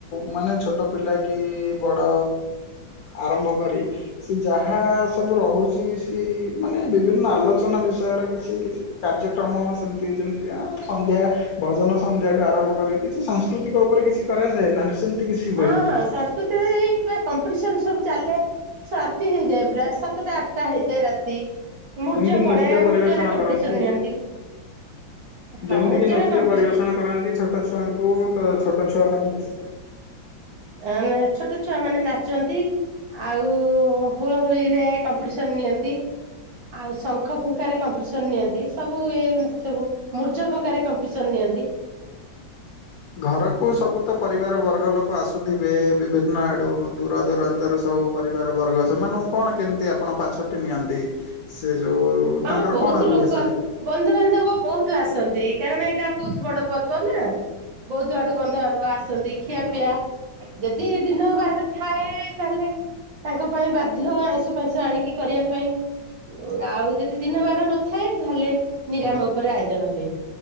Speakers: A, on the left; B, on the right.
A: ମାନେ ଛୋଟ ପିଲା କି ବଡ଼ ଆରମ୍ଭ କରି ସେ ଯାହା ସବୁ ରହୁଛି ସେ ମାନେ ବିଭିନ ନା ଆଲୋଚନା ବିଷୟରେ କିଛି କିଛି କାର୍ଯ୍ୟକ୍ରମ ସେମତି ଯେମିତି କ ସନ୍ଧ୍ୟା ଭଜନ ସନ୍ ଠୁ ଆରମ୍ଭ କରିକ କିଛି ସାଂସ୍କୃତିକ ଉପରେ କିଛି କରାଯାଏ ନ ସେମିତି କିଛି? ହୁଏନି।
B: ହଁ ହଁ ସଂସ୍କୃତିରେ କମ୍ପିଟିସନ ସବୁ ଚାଲେ। ରାତି ହେଇଯାଏ ପୁରା ସାତଟା ଆଠଟା ହେଇଯାଏ ରାତି। ମୁର୍ଯ୍ୟ
A: ଯେମିତି
B: ପଢେ
A: ନୃତ୍ୟ ପରିବେଷଣ
B: ମୁର୍ଜରେ କମ୍ପିଟିସନ
A: କରନ୍ତି
B: ନିଅନ୍ତି। ହଁ
A: ଯେମିତିକି
B: ମୁର୍ଜରେ
A: ନୃତ୍ୟ
B: କମ୍ପିଟିସନ
A: ପରିବେଷଣ କରନ୍ତି ଛୋଟ ଛୁଆଙ୍କୁ ତ ଛୋଟ ଛୁଆମାନେ ମିଶିବେ।
B: ଅଁ ଛୋଟ ଛୁଆ ମାନେ ନାଚନ୍ତି। ଆଉ ହୁଳ ହୁଳିରେ କମ୍ପିଟିସନ ନିଅନ୍ତି। ଆଉ ଶଙ୍ଖ ଫୁଖାରେ କମ୍ପିଟିସନ ନିଅନ୍ତି ସବୁ ଏମିତି ସବୁ ମୂର୍ଜ ପ୍ରକାରେ କମ୍ପିଟିସନ ନିଅନ୍ତି।
A: ଘରକୁ ସବୁ ତ ପରିବାର ବର୍ଗ ଲୋକ ଆସୁଥିବେ। ବିଭିନ୍ନ ଆଡ଼ୁ ଦୂର ଦୂରାନ୍ତରୁ ସବୁ ପରିବାର ବର୍ଗ ସେମାନଙ୍କୁ କଣ କେମିତି ଆପଣ ପାଛଟି ନିଅନ୍ତି ସେ ଯୋଉ
B: ହଁ
A: ତାଙ୍କର
B: ବହୁତ
A: କଣ ରୁହେ
B: ଲୋକ।
A: ଶାଳେ?
B: ବନ୍ଧୁବାନ୍ଧବ ବହୁତ ଆସନ୍ତି କାରଣ ଏଇଟା ବହୁତ ବଡ ପର୍ବ ନା। ବହୁତ ବଡୁ ବନ୍ଧୁବାନ୍ଧବ ଆସଛନ୍ତିନ୍ତି ଖିଆ ପିଇଆ ଯଦି ଦିନ ବାର ଥାଏ ତାହେଲେ ତାଙ୍କ ପାଇଁ ବାଧ୍ୟ ଆଇଁଷ ପାଇଁଷ ଆଣିକି କରିବା ପାଇଁ ଆଉ ଯଦି ଦିନ ବାର ନଥାଏ ତାହେଲେ ନିରାମ ଉପରେ ଆୟୋଜନ ହୁଏ।